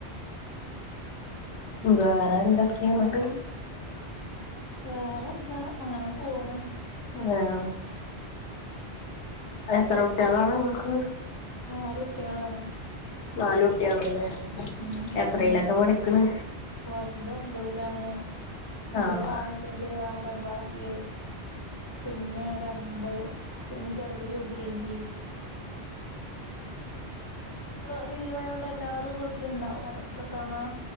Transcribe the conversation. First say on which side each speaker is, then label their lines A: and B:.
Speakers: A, on the left; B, on the left.
A: വേറെ എന്തൊക്കെയാന്നിട്ട്.
B: വേറെ ന്താ അങ്ങനെ പോണ്.
A: വേറെ എത്ര ട്ടു കളാണ് നിങ്ങക്ക്.
B: നാലു ട്ടികളാണ്.
A: നാലുട്ടി ആണുലെ
B: ഉം
A: എത്രയിലൊക്കെ പഠിക്ണ്.
B: വലുതൊ മ്പതിലാണ് അന്റെ
A: ആഹ്
B: താഴെല്ലൊത് ആറാം ക്ലാസില്. പിന്നെ രണ്ട് പിന്നെ ചെറുത് യു കെ ജി. ഇിനിപ്പോ ലീവായ്യോണ്ട് എല്ലാരും വീട്ടിലുണ്ടാവും മദ്രസട്ട് വന്നാ